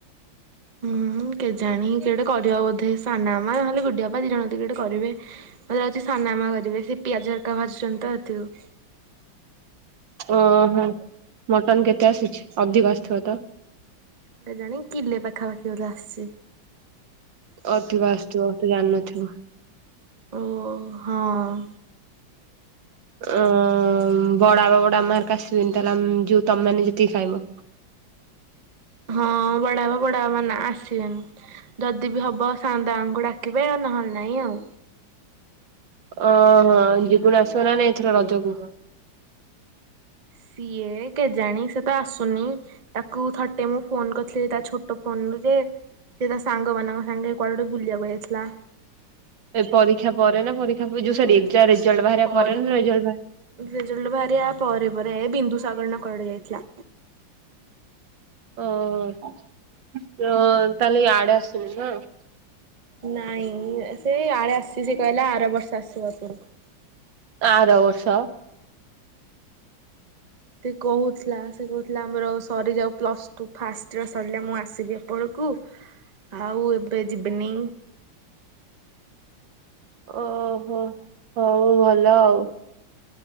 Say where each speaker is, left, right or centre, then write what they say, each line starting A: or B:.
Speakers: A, on the right; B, on the right.
A: ହୁଁ କେଜାଣି କିଏ ଗୋଟେ କରିବ ବୋଧେ ସାନ ମା ନହେଲେ ଗୁଡିଅପା ଦି ଜଣ ଭିତରୁ କିଏ ଗୋଟେ କରିବେ। ମୁଁ ଯାଉଛି ସାନମା ଘରକୁ ଯିବି ସେ ପିଆଜ ହେକ ଭାୁଛନ୍ତି ତ ଏଥିରୁ
B: ଓହୋ, ମଟନ କେତେ ଆସିଛି ଅଧିକ ଆସିଥିବ ତ?
A: କେଜାଣି କିଲେ ପାଖାପାଖି ବୋଧେ ଆସିଛି।
B: ଅଧିକ ଆସୁଥିବ ତୁ ଜାଣିନଥିବୁ।
A: ଓ, ହଁ।
B: ଅ ବଡ ବାପା ବଡା ମା ହେରିକା ଆସିବେନି ତାହେଲେ ଆ ତମେ ମାନେ ଯେତିକି ଖାଇବ?
A: ହଁ, ବଡ ବାପା ବଡା ମା ମାନେ ଆସିବେନି ଯଦି ବି ହବ ସାଆନ୍ତ ବାବୁ ଡାକି ଡାକିବେ ଆଉ ନହେଲେ ନାଇଁ ଆଉ।
B: ଓହ ଜିଗୁନ ଆସିବ ନା ନାଇଁ ଏଥର ରଜକୁୁ?
A: ସିଏ କେଜାଣି ସେ ତ ଆସୁନି। ତାକୁ ଥରଟେ ମୁଁ ଫୋନ କରିଥିଲି, ତା ଛୋଟ ଫୋନ ରୁ ଯେ ସେ ତା ସାଙ୍ଗ ମାନଙ୍କ ସାଙ୍ଗେ କୁଆଡେ ଗୋଟେ ବୁଲିବାକୁ ଯାଇଥିଲା।
B: ଏ ପରୀକ୍ଷା ପରେ ନା ପରୀକ୍ଷା ଯୋଉ ସରି ରେଜଲ୍ଟ ବାହାରିବା
A: ପରୀ
B: ପରେ ରେଜଲଟ ବା
A: ରେଜଲ୍ଟ ବାହାରିିବା ପରେ ପରେ ଏ ବିନ୍ଦୁସାଗର ନା କୁଆଡ଼େ ଗୋଟେ ଯାଇଥିଲା?
B: ଓହୋ ତାହେଲେ ଇଆଡେ ଆସୁନି ନୁହ।
A: ନାଇଁ, ସେ ଆଡେ ଆସିଛି ସେ କହିଲା ଆର ବର୍ଷ ଆସିବ ଏପଟ କୁ।
B: ଆର ବର୍ଷ?
A: ସେ କହୁଥିଲା ସେ କହୁଥିଲା, ଆମର ସରିଯାଉ ପ୍ଲସ୍ ଟୁ ଫାଷ୍ଟ ଇଅର ସରିଲା ମୁଁ ଆସିବି ଏପଟକୁ। ଆଉ ଏବେ ଯିବିନି।
B: ଓହୋ ହଉ ଭଲ ଆଉ।